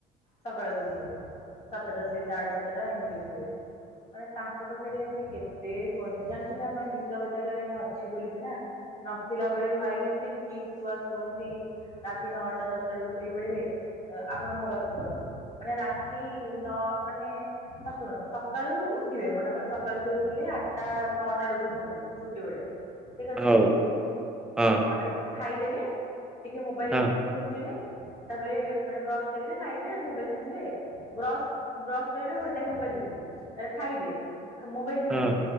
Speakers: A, on the left; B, in the centre.
A: ସକାଳକୁ ଉଠିବେ। ସାତଟା ସେ ସାଢଡେ ସାତଟା ଏମିତି ଉଠିବେ। ମାନେ ତାଙ୍କ ତାଙ୍କ ପାଖରେ ମାନେ କେତେ ଶୁଅନ୍ତି। ଜାଣିଛନ୍ତି ଆପଣ ବିଶ୍ୱବିଦ୍ୟାଳୟ ଏଇନା ଅଛି ବୋଲି ସିନା। ନଥିଲା ବେଳେ ଭାଇ ସେ କି ଶୁଆ ଶୁଅନ୍ତି। ରାତି ନଅଟା ଦଶଟା ବେଳକୁ ଶୋଇପଡିବେ। ଆପଣ ମୋ କଥା ଶୁଣନ୍ତୁ। ମାନେ ରାତି ନ ମାନେ ହଁ ଶୁଣନ୍ତୁ ସକାଳୁ ଉଠିବେ। ମାନେ ଧର ସକାଳୁ ସେ ଉଠିଲେ ଆଟା ନଅଟା ବେଳକୁ ଉଠନ୍ତି ଛୁଟି ବେଳେ। ଠିକ ଅଛି।
B: ହଉ ହଁ
A: ତାପରେ ଖାଇଦେବେ। ଟିକେ ମୋବାଇଲ
B: ହଁ
A: ଖେଞ୍ଚିବେ ତାପରେ ମାନେ ବ୍ରଶ କରିବେ ଖାଇବେ। ମୋବାଇଲ ଖେଞ୍ଚିବେ। ବ୍ରସ୍ ବ୍ରସ୍ କରିବେ ଘଣ୍ଟା ଏ ମୋବାଇଲ ଦେଖିକି। ତାପରେ ଖାଇବେ। ମୋବାଇଲ ଖେଞ୍ଚିବେ
B: ହଁ